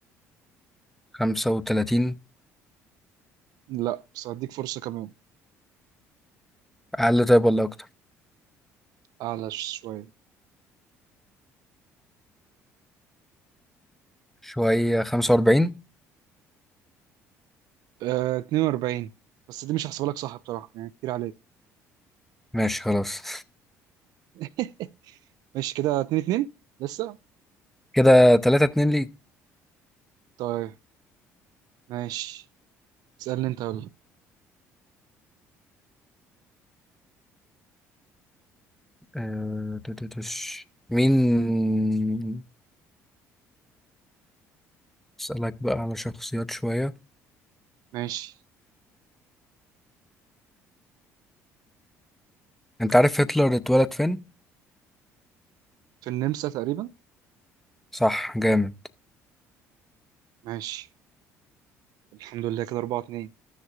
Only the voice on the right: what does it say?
لا بس هديك فرصة كمان
اعلى شوية
آه 42 بس دي مش هحسبها لك صح بصراحة يعني كتير عليك
<laughs> ماشي كده 2 2 لسه
طيب ماشي اسألني انت يلا
ماشي
في النمسا تقريبا
ماشي الحمد لله كده 4 2